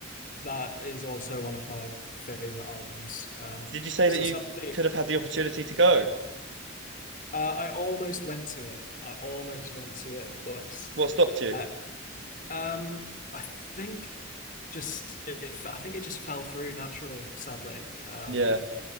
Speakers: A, on the left; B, on the right.
A: that is also one of my favorite albums. Um,
B: Did you say
A: so
B: that you
A: sadly,
B: could have had the opportunity to go?
A: Uh, I almost went to it. I almost went to it, but
B: What stopped you?
A: uh, um, I think just if I think it just fell through naturally, sadly. Um,
B: Yeah,